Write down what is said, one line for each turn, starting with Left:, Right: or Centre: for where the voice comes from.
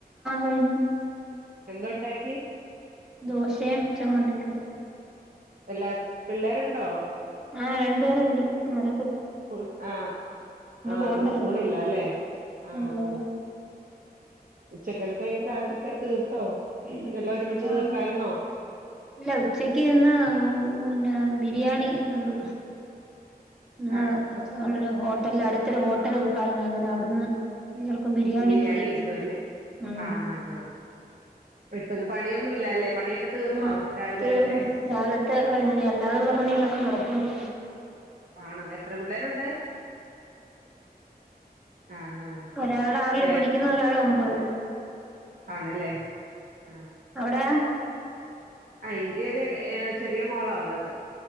Centre: കഴിഞ്ഞ്
Right: എന്തു ഉണ്ടാക്കി
Centre: ദോശയും ചമ്മന്തിക്കറി
Right: അല്ല പിള്ളേരുണ്ടോ
Centre: ആ രണ്ടു പേരുണ്ട് ആര
Right: സ്കൂൾ ആ ആ
Centre: പോണ്ടല്ലോ
Right: ഇന്ന് സ്കൂളൾ ഇല്ല അല്ലേ ആ
Centre: ഇല്ലല്ല
Right: ആ ഉച്ചക്കലത്തേക്കി രാവിലത്തെ തീർത്തോ എല്ലാം ഒരുമിച്ച്
Centre: ആഹ്
Right: തീർത്തായിരുന്നോ
Centre: ഇല്ല ഉച്ചക്ക് ഇന്ന് പിന്നെ ബിരിയാണി ഉണ്ട് ഇ
Right: ആഹ്
Centre: അവിടെരു ഹോട്ടല അടുത്തൊരു ഹോട്ടൽ ഉൽക്കാടന അങ്ങനെ അവിടുന്ന് എല്ലാർക്കും
Right: ബിരിയാണി
Centre: ഫ്രീ
Right: കിട്ടുംല്ലേ
Centre: ഉം
Right: ആ ആ ഹ ഇപ്പൊന്ന് പണിയൊന്നും ഇല്ല അല്ലേ പണിയൊക്കെ തീർന്നോ
Centre: ആ
Right: രാവിലെ
Centre: തീർന്ന
Right: തന്നെ
Centre: രാവത്തെ കഴിഞ്ഞ അല്ലാതെുള്ള പണികളൊക്കെ കിടപ്പണ്ട്
Right: ആണോ എത്ര പിള്ളേരുണ്ട് ആഹ് ആഹ്
Centre: ഒരാൾ ആറിൽ
Right: വേറെ
Centre: പഠിക്കുന്നു ഒരാള് ഒമ്പതിൽ
Right: ആണല്ലേ ആ
Centre: അവിടെയാ
Right: ആ എനിക്ക് ഒരു ഏ ചെറിയ മോളാ ഉള്ളത്